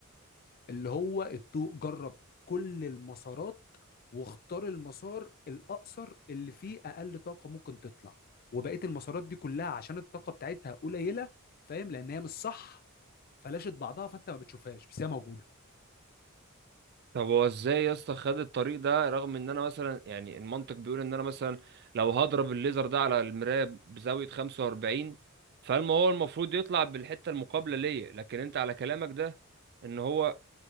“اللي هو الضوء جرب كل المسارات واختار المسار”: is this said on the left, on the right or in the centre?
Left